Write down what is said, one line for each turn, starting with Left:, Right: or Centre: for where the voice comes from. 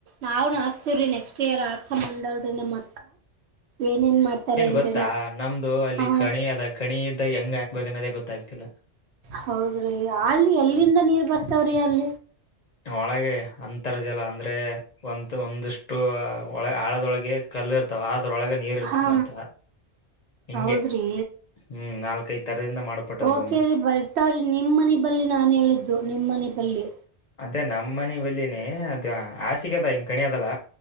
Right: ನಾವ್ನ್ ಹಾಕ್ಸ್ತಿವ್ರಿ ನೆಕ್ಸ್ಟ್ ಇಯರ್ ಹಾಕ್ಸ ಮಂಡಳ ಪ್ರಣಮ್ಮ ಏನ ಏನ್ ಮಾಡ್ತಾರ ಏನ್ರೀ
Left: ಗೊತ್ತಾ
Right: ನ
Left: ನಮ್ದು ಅಲ್ಲಿ
Right: ಹ
Left: ಕಣಿ ಅದ ಕಣಿ ಇದ್ದಾಗ ಹೆಂಗ್ ಹಾಕ್ಬೇಕ ಅನ್ನೋದೇ ಗೊತ್ತಾಗ್ತಿಲ್ಲ
Right: ಹೌದ್ರಿ ಅಲ್ಲಿ ಎಲ್ಲಿಂದ ನೀರ್ ಬರ್ತ ಸಯಾಲ
Left: ಒಳಗೆ ಅಂತರ್ಜಲ ಅಂದ್ರೆ ಒ ಒಂದಿಷ್ಟು ಒಳ ಆಳದೊಳಗೆ ಕಲ್ಲು ಇರ್ತಾವ ಅದ್ರೊಳಗೆ ನೀರ್ ಇರ್ತದ
Right: ಹಾ
Left: ಮತ್ತ ಹಿಂಗೆ
Right: ಹೌದ್ರಿ
Left: ಹ್ಮ್ ನಾಲ್ಕೈದ್ ತರದಿಂದ ಮಾಡಪಟ್ಟದ
Right: ಓಕೆರಿ
Left: ಭೂಮಿ
Right: ಬರ್ತಾವ್ರಿ ನಿಮ್ ಮನ ಬಳಿ ನಾನ್ ಹೇಳಿದ್ದು ನಿಮ್ಮನೆ ಬಲ್ಲಿ
Left: ಮತ್ತೇ ನಮ್ಮ ಮನ ಬಲ್ಲಿನೇ ಅದು ಆಸಿಕೆ ಅದ ಹಿಂಗೆ ಕಣಿ ಅದಲ್ಲ